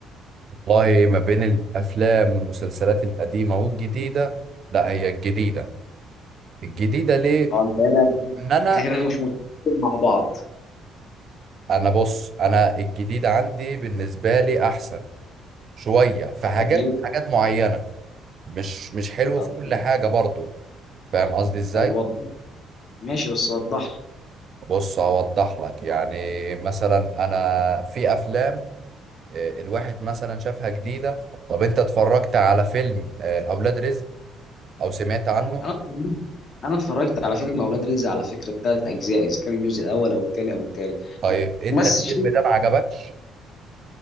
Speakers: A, on the right; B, on the left.
A: والله ما بين الافلام والمسلسلات القديمه والجديده لا هي الجديده الجديده ليه
B: اه انت هنا
A: ان انا
B: احنا كده مش متفقين مع بعض
A: انا بص انا الجديده عندي بالنسبه لي احسن شويه في حاجات
B: طب ليه
A: حاجات معينه مش مش حلو
B: طب
A: في كل حاجه برضو فاهم قصدي ازاي
B: طب وضح ماشي بس وضح
A: بص هوضح لك يعني مثلا انا في افلام آه، الواحد مثلا شافها جديده طب انت اتفرجت على فيلم آه، اولاد رزق او سمعت عنه
B: انا انا اتفرجت على فيلم اولاد رزق على فكره الثلاث اجزاء اذا كان الجزء الاول او الثاني او الثالث
A: طيب انت
B: بس
A: الفيلم
B: شيء-
A: ده ما عجبكش